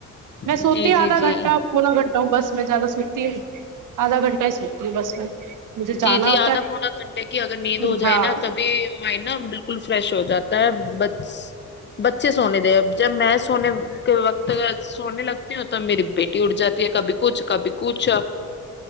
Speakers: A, on the right (about 80°); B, on the left (about 35°).
A: میں
B: جی
A: سوتی ہ
B: جی
A: آدھا
B: جی
A: گھنٹہ پونا گھنٹہ ہوں بس میں زیاد س تین آدھا گھنٹہ کس س ہوکتی بس میں مجھے
B: جی
A: جانا
B: جی
A: ہوتا
B: آدا پونا گھنٹے کی اگر
A: ہے
B: نیند ہو جو
A: ہاں
B: نا تبھی مائنڈ نا بالکل فریش ہو جاتا ہے بچ بت اچھے سونے دے اب جب میں سونے وقت کا سونے لگتی ہ تو میری بیٹی اڑ جاتی ہے کبھی کچھ کبھی کچھ